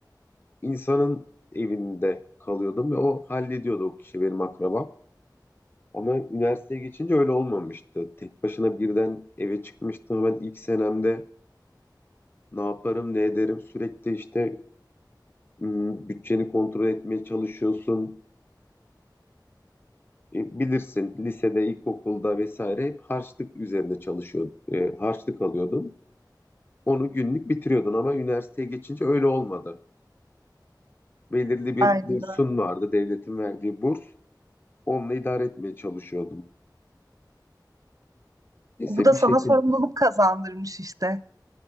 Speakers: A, on the left (about 30°); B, on the right (about 50°).
A: insanın evinde kalıyordum ve o hallediyordu o kişi benim akrabam. Ama üniversiteye geçince öyle olmamıştı. Tek başına birden eve çıkmıştım. Ben ilk senemde ne yaparım, ne ederim sürekli işte m, bütçeni kontrol etmeye çalışıyorsun. E, Bilirsin lisede, ilkokulda vesaire hep harçlık üzerine çalışıyordun. E, harçlık alıyordun. Onu günlük bitiriyordun ama üniversiteye geçince öyle olmadı. Belirli bir
B: Aynen.
A: bursun vardı, devletin verdiği burs. Onunla idare etmeye çalışıyordun. Neyse
B: Bu da
A: bir
B: sana
A: şekilde
B: sorumluluk kazandırmış işte.